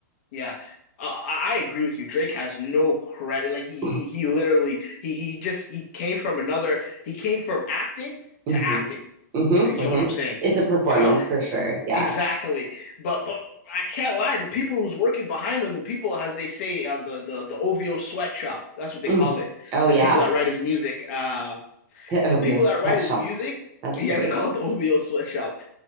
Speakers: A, on the left; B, on the right.
A: yeah. Uh, I I agree with you. Drake has no credit. Like he
B: <laughs>
A: he, he literally he he just he came from another. He came from acting
B: mm-hmm,
A: to acting.
B: mm-hmm,
A: If you get
B: mm-hmm.
A: what I'm saying,
B: it's a performance
A: you know
B: for sure yeah
A: exactly. But but I can't lie. The people who's working behind him, the people as they say, uh, the the the OVO sweatshop. That's what they
B: Mm.
A: call it.
B: Oh
A: The
B: yeah,
A: people that write his music. Uh,
B: <laughs> the OVO
A: the people that
B: sweatshop.
A: write his music,
B: That's
A: yeah,
B: great.
A: they call it the OVO sweatshop.